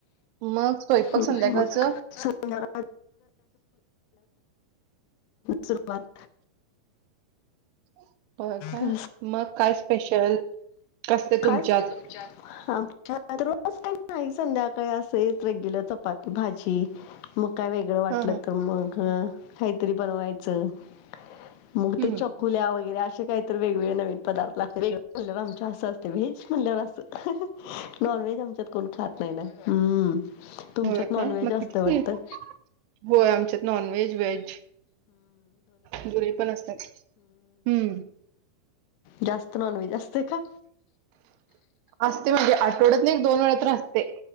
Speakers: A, on the right (about 80°); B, on the left (about 85°).
A: मग. स्वयंपाक
B: हम्म
A: संध्याकाळचं
B: मग काय? सुरुवात.
A: <inaudible> होय का
B: हम्म.
A: मग काय स्पेशल कसते तुमच्यात?
B: खास आमच्यात रोज काही नाही संध्याकाळी असेल. रेग्युलर चपाती, भाजी मग, काय वेगळं वाटलं
A: हा हा
B: तर मग. काहीतरी बनवायचं मुग
A: हम्म
B: ते चौक खुल्या वगैरे असे काही तर वेगवेगळे नवीन पदार्थ लागतात. वेगळे <unintelligible> आमचे असं असते व्हेज <unintelligible> असंत. नॉनव्हेज आमच्यात कोण खात नाही ना. हम्म. तुमच्यात
A: हो
B: नॉनव्हेज
A: काय मग.
B: असतं
A: <unintelligible>
B: वाटतं
A: होय आमच्यात नॉन व्हेज, व्हेज दोन्ही पण असतात. हम्म.
B: जास्त नॉनव्हेज असतय का?
A: असते म्हणजे आठवड्यात नाही एक दोन वेळा तर असते.